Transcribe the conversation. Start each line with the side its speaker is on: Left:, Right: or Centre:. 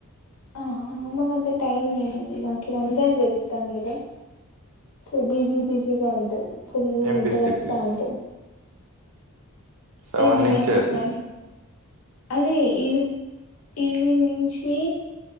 Left: ఆ నాకంత టైమ్ లేదండి మాకి రంజాన్ జరుగుతుంది గా సో బిజీ బిజీగా ఉంటది ఫుల్
Right: ఏం
Left: నిద్రొస్తా
Right: బిజీ బిజీ
Left: ఉంటది
Right: సెవెన్
Left: ఈవెనింగ్
Right: నుంచి
Left: అయితే
Right: అది
Left: స్నాక్ అదీ ఈ ఈవినింగ్ నుంచీ